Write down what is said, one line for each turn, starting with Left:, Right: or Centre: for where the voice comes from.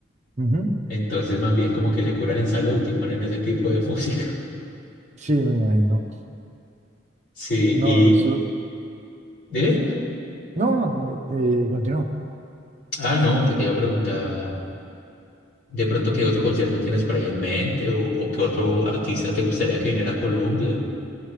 Right: ujú.
Left: Entonces más bien como que se curan en salud y ponen ese tipo de <laughs> música.
Right: Sí, me imagino.
Left: Sí,
Right: No,
Left: y
Right: su-
Left: dime,
Right: no, no, eh, continuó.
Left: ah, no, que te iba a preguntar de pronto qué otro concierto tienes por ahí en mente o, o qué otro artista te gustaría que viniera a Colombia.